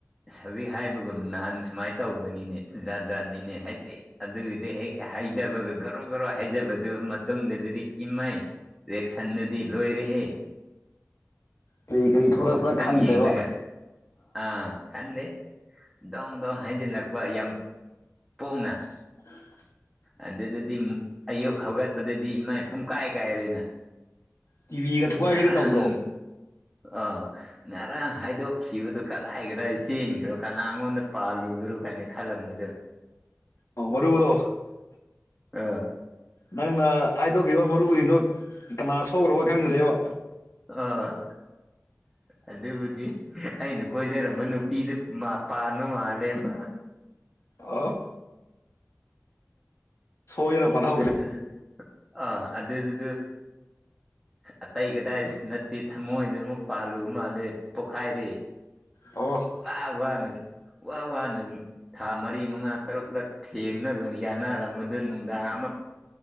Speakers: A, in the centre; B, on the left.
A: ꯑꯁ ꯍꯧꯖꯤꯛ ꯍꯥꯏꯕꯒꯨꯝ ꯅꯍꯥꯟ ꯁꯨꯃꯥꯏꯅ ꯇꯧꯕꯅꯤꯅꯦ ꯖꯥꯠ ꯖꯥꯠꯅꯤꯅꯦ ꯍꯥꯏꯗꯤ ꯑꯗꯨꯒꯤꯗꯤ ꯍꯦꯛ ꯍꯩꯗꯥꯕꯒꯥ ꯒꯣꯔꯣ ꯒꯣꯔꯣ ꯍꯥꯏꯖꯕꯗꯨ ꯃꯇꯨꯡꯗꯥꯗꯨꯗꯤ ꯏꯃꯥꯏ ꯔꯦꯛꯁꯟꯗꯨꯗꯤ ꯂꯣꯏꯔꯦꯍꯦ
B: ꯀꯔꯤ ꯀꯔꯤ ꯊꯣꯛꯂꯛꯄ꯭ꯔꯥ
A: ꯕꯣꯜ ꯈꯤꯇꯪ
B: ꯈꯪꯗ꯭ꯔꯦꯕ
A: ꯌꯦꯡꯔꯥꯒ ꯑꯥ ꯈꯟꯗꯦ ꯗꯣꯡ ꯗꯣꯡ ꯍꯩꯖꯤꯜꯂꯛꯄ ꯌꯥꯝ ꯄꯣꯡꯅ
B: <unintelligible>
A: ꯑꯗꯨꯗꯥꯗꯤ ꯑꯌꯨꯛ ꯍꯧꯒꯠꯄꯥꯗꯗꯤ ꯏꯃꯥꯏ ꯄꯨꯡꯀꯥꯏ ꯀꯥꯏꯔꯦꯅ
B: ꯇꯤꯚꯤꯒ ꯊꯨꯒꯥꯏꯒꯦꯗꯤ
A: ꯉꯔꯥꯝ
B: ꯇꯧꯗ꯭ꯔꯣ
A: ꯑꯥ ꯉꯔꯥꯡ ꯍꯥꯏꯗꯣꯛꯈꯤꯕꯗꯨꯣ ꯀꯗꯥꯏ ꯀꯗꯥꯏ ꯆꯦꯟꯈ꯭ꯔꯣ ꯀꯅꯥꯉꯗ ꯄꯥꯜꯂꯨꯔꯨ ꯀꯥꯏꯅ ꯈꯜꯂꯝꯕꯗꯨꯣ
B: ꯑ ꯃꯔꯨꯗꯣ
A: ꯑꯥ
B: ꯅꯪꯅ ꯍꯥꯏꯗꯣꯛꯈꯤꯕ ꯃꯔꯨꯁꯤꯅꯣ ꯀꯅꯥ ꯁꯣꯛꯈ꯭ꯔꯕ ꯈꯪꯗ꯭ꯔꯦꯕ
A: ꯑ ꯑꯗꯨꯕꯨꯗꯤ ꯑꯩꯅ ꯀꯣꯏꯖꯔꯝꯕ ꯅꯨꯄꯤꯗ ꯄꯥꯟꯕ ꯃꯥꯜꯂꯦ ꯃꯥ
B: ꯑ ꯁꯣꯏꯗꯅ ꯄꯥꯟꯍꯧꯈ꯭ꯔꯦ
A: ꯑꯗꯁꯤ ꯑ ꯑꯗꯁꯤ ꯑꯇꯩ ꯀꯗꯥꯏꯗꯁꯨ ꯅꯠꯇꯦ ꯊꯃꯣꯏꯗ ꯑꯃꯨꯛ ꯄꯥꯜꯂꯨꯕ ꯃꯥꯜꯂꯦ ꯄꯣꯛꯈꯥꯏꯔꯦ
B: ꯑꯣꯐ
A: ꯋꯥ ꯋꯥꯅ ꯋꯥ ꯋꯥꯅ ꯊꯥ ꯃꯔꯤ ꯃꯉꯥ ꯇꯔꯨꯛꯂ ꯊꯦꯡꯅꯕꯅ ꯌꯥꯅꯔꯝꯕꯗꯨ ꯅꯨꯡꯗꯥꯡ ꯑꯃ